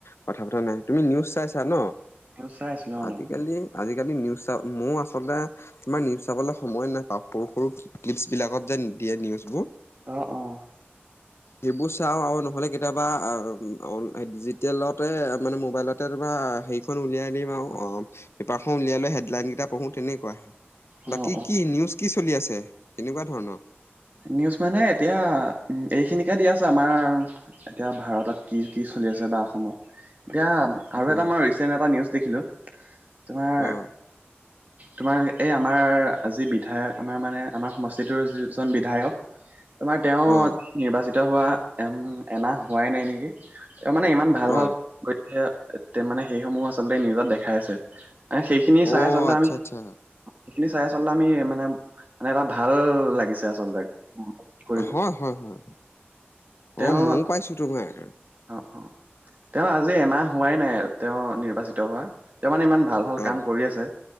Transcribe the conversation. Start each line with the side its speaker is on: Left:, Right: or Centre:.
Left: কথা পতা নাই তুমি নিউজ চাইছা ন।
Right: নিউজ চাই আছিলো অ অলপমান
Left: আজিকালি আজিকালি নিউজ মোৰ আচলতে তোমাৰ নিউজ চাবলৈ সময় নাপাও সৰু - সৰু ক্লিপছ বিলাকত যে নিদিয়ে নিজবোৰ
Right: অ ', অ ',
Left: সেইবোৰ চাও আৰু নহ'লে কেতিয়াবা অ, ডিজিটেলতে মানে মোৱাইলতে তোমাৰ হেৰিখন উলিয়াই দিম আও অ, পেপাৰখন উলিয়াই লৈ হেডলাইন কেইটা পঢ়ো তেনেকুৱা।
Right: অ
Left: বাকী
Right: অ
Left: কি নিউজ কি চলি আছে, কেনেকুৱা ধৰণৰ।
Right: নিউজ মানে এতিয়া এইখিনিকে দি আছে আমাৰ। এতিয়া ভাৰতত কি- কি চলি আছে বা অসমত এতিয়া আৰু
Left: অ
Right: এটা মই ৰিচেন্ট এটা নিউজ দেখিলো তোমাৰ
Left: অ
Right: তোমাৰ এই আমাৰ যি বিধায়ক আমাৰ মানে আমাৰ সমষ্টিটোৰ যি জন বিধায়ক তোমাৰ তেওঁ
Left: অ
Right: নিৰ্বাচিত হোৱা এম এমাহ হোৱাই নাই নেকি তেওঁ মানে ইমান ভাল-
Left: অ
Right: ভাল <unintelligible> মানে সেইসমূহ আচলতে নিউজত দেখাই আছে। সেই সেইখিনি চাই
Left: অ
Right: আচলতে
Left: আচ্ছা
Right: আমি
Left: আচ্ছা
Right: সেইখিনি চাই আচলতে আমি মানে-মানে এটা ভাল লাগে লাগিছে আচলতে কি কৰিব
Left: হয় হয় হয়
Right: তেওঁ
Left: অ' ময়ো পাইছোঁ তোমাৰ।
Right: অ অ তেওঁ আজি এমাহ হোৱাই নাই তেওঁ নিৰ্বাচিত হোৱা তেওঁ মানে ইমান ভাল-ভাল
Left: অ
Right: কাম কৰি আছে।